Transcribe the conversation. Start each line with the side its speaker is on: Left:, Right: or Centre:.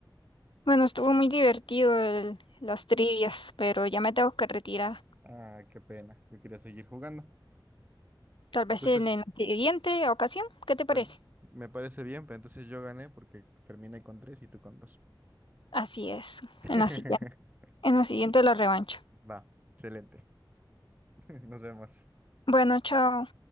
Left: Bueno, estuvo muy divertido el- las trivias, pero ya me tengo que retirar.
Right: Ah, qué pena. Yo quería seguir jugando.
Left: Tal
Right: Entonces,
Left: vez en, en la siguiente ocasión, ¿qué te
Right: pues,
Left: parece?
Right: me parece bien, pero entonces yo gané porque terminé con tres y tú con dos.
Left: Así es,
Right: <laughs>
Left: en la siguiente, en la siguiente la revancha.
Right: Va, excelente. <laughs> Nos vemos.
Left: Bueno, chao.